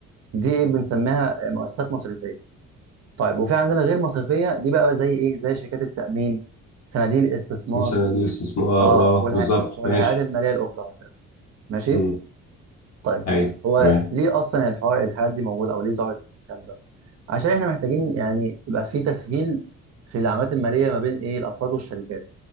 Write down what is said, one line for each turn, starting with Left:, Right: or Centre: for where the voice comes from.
Right: دي ايه بنسميها مؤسسات مصرفيه طيب وفي عندنا غير مصرفيه دي بقى زي ايه زي شركات التامين صناديق الاستثمار
Left: مثلا للاستثمار
Right: اه
Left: اه
Right: والهي...
Left: بالظبط
Right: والهيئات
Left: ماشي
Right: الماليه الاخرى وهكذا ماشي
Left: امم
Right: طيب
Left: ايوه
Right: هو
Left: تمام
Right: ليه اصلا الحوار الحاجات دي موجوده او ليه ظهرت الكلام ده عشان احنا محتاجين يعني يبقى في تسهيل في العمليات الماليه ما بين ايه الافراد والشركات